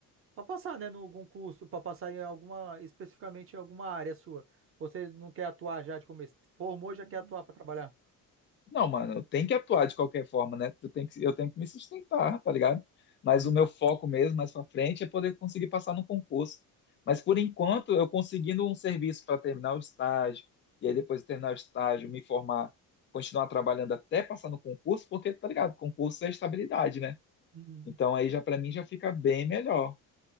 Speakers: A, on the right; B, on the left.
A: para passar, né, em algum curso, para passar em alguma especificamente em alguma área sua. Você não quer atuar já de começo. Formou, já quer atuar para trabalhar.
B: Não, mano, eu tenho que atuar de qualquer forma, né? Eu tenho que, eu tenho que me sustentar, tá ligado? Mas
A: Uhum,
B: o meu foco mesmo, mais pra frente, é poder conseguir passar no concurso. Mas por enquanto, eu conseguindo um serviço para terminar o estágio, e aí depois de terminar o estágio, me formar, continuar trabalhando até passar no concurso, porque, tá ligado? Concurso é estabilidade, né?
A: uhum,
B: Então aí já para mim já fica bem melhor.